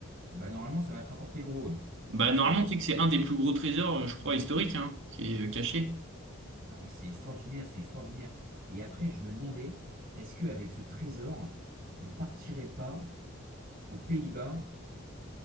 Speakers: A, on the right (about 45°); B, on the right (about 60°).
A: bah normalement, ça va te rapporter gros. euh.
B: Bah, normalement,
A: Ouais.
B: tu sais que c'est un des plus gros trésors, euh, je crois, historiques, hein, qui est euh, caché.
A: Non, mais c'est extraordinaire, c'est extraordinaire. Et après, je me demandais, est-ce qu'avec ce trésor, on partirait pas aux Pays-Bas